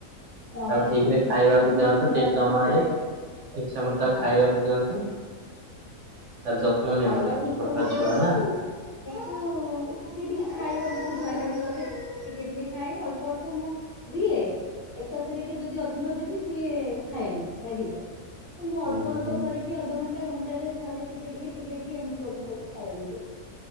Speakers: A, on the left; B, on the right.
A: ନହେଲେ
B: ତାକୁ ଠିକ
A: ସିଏ
B: ରେ
A: ଯଦି
B: ଖାଇବାକୁ
A: ଖେଳୁଥିବ
B: ଦିଅନ୍ତୁ
A: ମୁଁ ବି
B: ଠିକ
A: ତା ସହିତ
B: ସମୟରେ।
A: ଖେଳେ।
B: ଠିକ ସମୟରେ ତାକୁ
A: ହଁ।
B: ଖାଇବାକୁ ଦିଅନ୍ତୁ ତାର ଯତ୍ନ କୁଣ
A: ଖାଇବା
B: ନିଅନ୍ତ
A: ଠିକ
B: ଛୋଟ
A: ସମୟରେ
B: ଛୁଆ
A: ଦଉଛି
B: ନା।
A: କିନ୍ତୁ ସିଏ ଟିକେ ଖାଇବାରେ ବହୁତ ହଇରାଣ କରେ ଟିକେ ଟିକେ ଖାଏ ଅଳ୍ପ ଅଳ୍ପ ମୁଁ ଦିଏ ଏକାଥରେ କି ଯଦି ଅଧିକ ଦେବି ସିଏ ଖାଏନି ଲାଗିଯାଏ। ତ ମୁଁ
B: ହୁଁ
A: ଅଳ୍ପ ଅଳ୍ପ
B: ହୁଁ।
A: କରିକି ଅଧଘଣ୍ଟା ଘଣ୍ଟାରେ ଥରେ ଟିକେ ଟିକେ ଟିକେ ଟିକେ ଏମିତି କରିକି ତାକୁ ଖାଇବାକୁ ଦିଏ